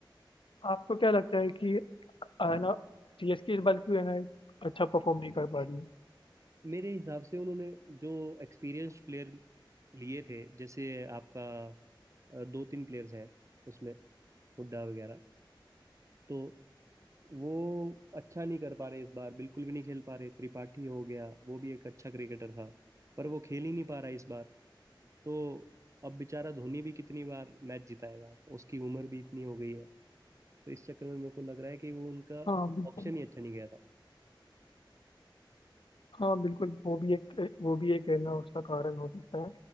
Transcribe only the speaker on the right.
मेरे हिसाब से उन्होंने जो एक्सपीरियंस्ड प्लेयर लिए थे जैसे आपका अ, दो तीन प्लेयर्स हैं उसमें हुड्डा वगैरह तो वो अच्छा नहीं कर पा रहे इस बार बिल्कुल भी नहीं खेल पा रहे त्रिपाठी हो गया वो भी एक अच्छा क्रिकेटर था पर वो खेल ही नहीं पा रहा इस बार तो अब बेचारा धोनी भी कितनी बार मैच जिताएगा उसकी उम्र भी इतनी हो गई है तो इस चक्कर में मेरे को लग रहा है कि वो उनका
ऑप्शन ही अच्छा नहीं गया था